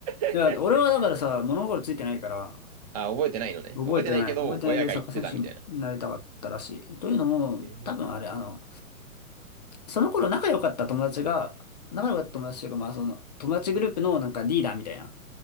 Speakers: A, on the right; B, on the left.
A: <laughs>
B: いや、俺はだからさ、物心ついてないから、
A: あ、覚えてないのね。
B: 覚えてない。
A: 覚えてないけど、
B: 覚えてないけど、
A: 親が言ってたみたいな。
B: サッカー選手になりたかったらしい。というのも、
A: えー
B: 多分あれ、あの、その頃仲良かった友達が、仲良かった友達というか、まあその、友達グループのなんかリーダーみたいな。